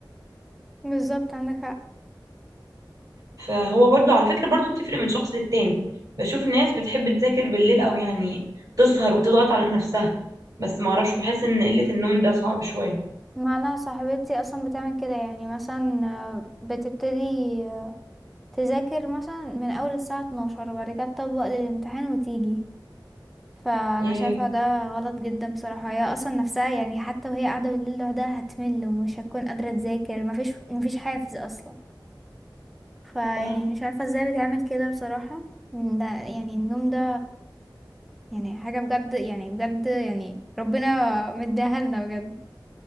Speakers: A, in the centre; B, on the right.
A: بالظبط عندك حق
B: فهو برضو على فكرة برضو بتفرق من شخص للتاني بشوف ناس بتحب تذاكر بالليل أو يعني تسهر وتضغط على نفسها بس معرفش بحس إن قلة النوم ده صعب شوية
A: ما انا صاحبتي اصلا بتعمل كده يعني مثلا آه، بتبتدي آه، تذاكر مثلا من اول الساعة 12 وبعد كده تطبق للامتحان وتيجي فانا
B: ياه
A: شايفة ده غلط جدا بصراحة هي اصلا نفسها يعني حتى وهي قاعدة بالليل لوحدها هتمل ومش هتكون قادرة تذاكر مفيش مفيش حافز اصلا فيعني
B: صح
A: مش عارفة ازاي بتعمل كده بصراحة ده يعني النوم ده يعني حاجة بجد يعني بجد يعني ربنا مديها لنا بجد